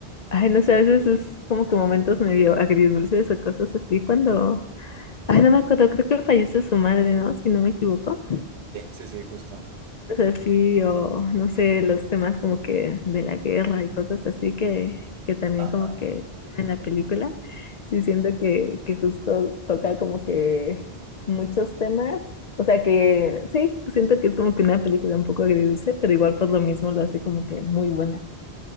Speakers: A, on the left; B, on the right.
A: Ay, no sé, a veces es como que momentos medio agridulces o cosas así cuando, ay, no me acuerdo, creo que fallece su madre, ¿no? Si no me equivoco.
B: Sí, sí, sí, justo.
A: Entonces así, o no sé, los temas como que de la guerra y cosas así que, que también
B: Ajá.
A: como que en la película, sí siento que, que justo toca como que muchos temas. O sea que sí, siento que es como que una película un poco agridulce, pero igual por lo mismo lo hace como que muy buena.